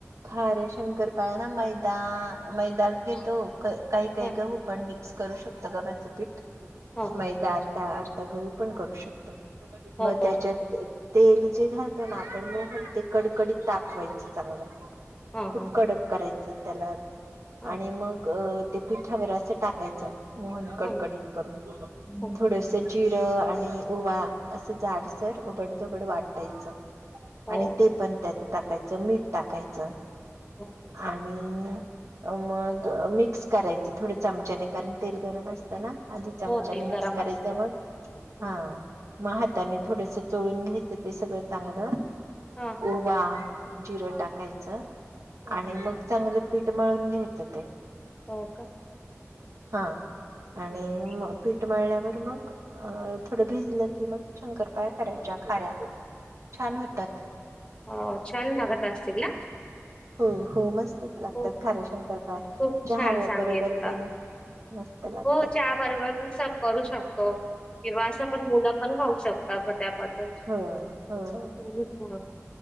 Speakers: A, on the right; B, on the left.
A: खारे शंकरपाळ्या ना मैदा. मैदात घेतो
B: ह
A: काही काही
B: ह
A: गहू पण मिक्स करू शकतो गव्हाचं पीठ.
B: ह
A: मैदा अर्धा, अर्धा गहू पण करू शकतो
B: हो
A: मग
B: हो
A: त्याच्यात तेल जे घालतो ना आपण म ते कडकडीत तापवायचं चांगलं.
B: ह
A: खूप
B: ह ह
A: कडक करायचं त्याला
B: हो
A: आणि मग ते पिठावर असं टाकायचं मोहन कडकडीत
B: हो
A: करून.
B: हो
A: थोडस जिरं, आणि ओवा असं जाडसर उबडधबड वाटायचं
B: हो
A: आणि ते पण त्यात टाकायचं मीठ टाकायचं
B: हो
A: आणि मग मिक्स करायचं थोड्या चमचाने कारण तेल गरम असतं ना. आधी चमचाने
B: होतील
A: मिक्स
B: करा
A: करायचं
B: मस्त
A: मग
B: ह
A: हां. मग हाताने थोडस चोळून घ्यायचं ते सगळं चांगलं.
B: ह
A: ओवा जिरं टाकायचं
B: ह
A: आणि मग चांगलं पीठ मिळून घ्यायचं ते.
B: हो का.
A: हा आणि
B: हो
A: पीठ मळण्या वर मग अ थोडं भिजलं की मग शंकरपाळया करायच्या खाऱ्या. छान होतात.
B: हो छान लागत असतील ना?
A: हो हो मस्तच लागतात
B: खूप
A: खाऱ्या शंकरपाळ्या
B: खूप
A: चहा
B: छान सांगितलं
A: बरोबर पण. मस्त लागतात
B: हो चहा बरोबर पण सर करू शकतो किंवा असं पण मुलं पण खाऊ शकतात. त्याबद्दल
A: हा हां
B: हम्म, हम्म.